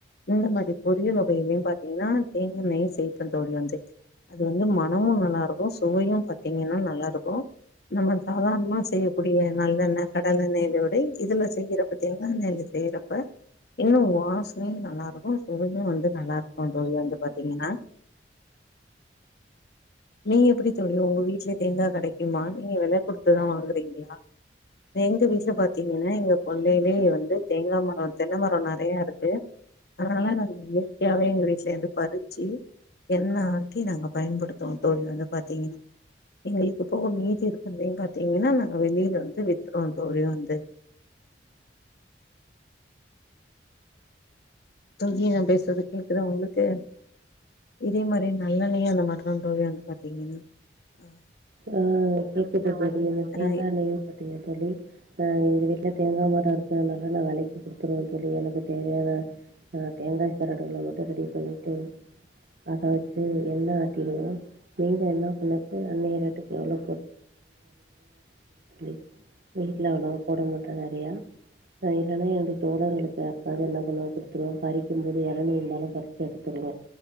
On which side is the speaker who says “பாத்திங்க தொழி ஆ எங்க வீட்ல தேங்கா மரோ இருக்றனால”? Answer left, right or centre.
Right